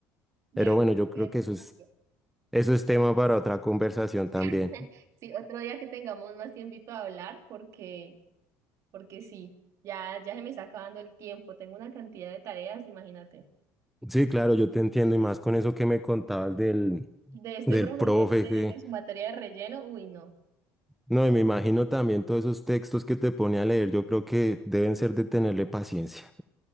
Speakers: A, on the right; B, in the centre.
A: De
B: pero
A: verdad
B: bueno, yo creo
A: que
B: que
A: te
B: eso es,
A: cambia.
B: eso es tema para otra conversación también.
A: <laughs> Sí, otro día que tengamos más tiempito a hablar, porque, porque sí, ya, ya se me está acabando el tiempo. Tengo una cantidad de tareas, imagínate.
B: Sí, claro, yo te entiendo y más con eso que me contabas del,
A: De este
B: del
A: profesor,
B: profe.
A: de, de su materia de relleno, uy, no,
B: No, y me imagino también todos esos textos que te pone a leer, yo creo que deben ser de tenerle paciencia.